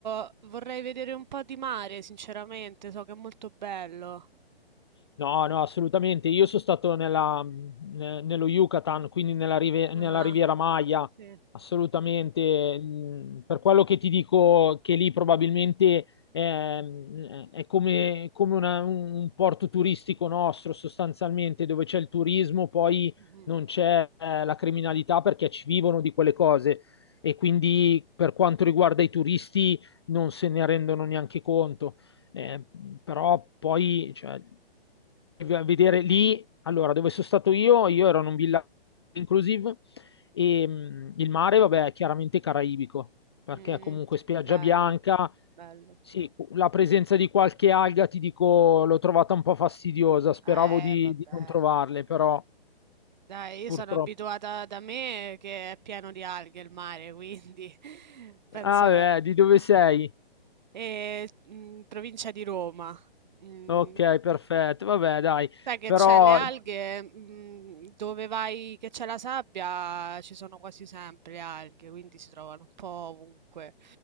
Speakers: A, on the right; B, on the left.
A: eh, vorrei vedere un po' di mare, sinceramente, so che è molto bello.
B: No, no, assolutamente. Io sono stato nella- ne- nello Yucatan, quindi nella, rive- nella
A: Ah,
B: Riviera Maya,
A: sì.
B: assolutamente. Mm, Per quello che ti dico che lì probabilmente ehm, è, come, come una- un un porto turistico nostro, sostanzialmente, dove c'è il turismo, poi
A: Mhm,
B: non c'è eh, la criminalità perché ci vivono di quelle cose. E quindi per quanto riguarda i turisti non se ne rendono neanche conto. Eh, però poi, cioè, a vedere lì, allora, dove sono stato io, io ero in un villaggio inclusive e mh, il mare, vabbè, è chiaramente caraibico, perché
A: mhm.
B: comunque spiaggia
A: Bello,
B: bianca,
A: bello.
B: sì, la presenza di qualche alga, ti dico, l'ho trovata un po' fastidiosa, speravo
A: Eh,
B: di,
A: vabbè.
B: di non trovarle, però
A: Dai, io
B: purtroppo.
A: sono abituata da me che è pieno di alghe il mare, quindi <laughs> penso...
B: Ah, beh, di dove sei?
A: E, mm, provincia di Roma. Mm,
B: Ok, perfetto, vabbè, dai,
A: Sai che
B: però
A: c'è le alghe, mh, dove vai che c'è la sabbia, ci sono quasi sempre le alghe, quindi si trovano un po' ovunque.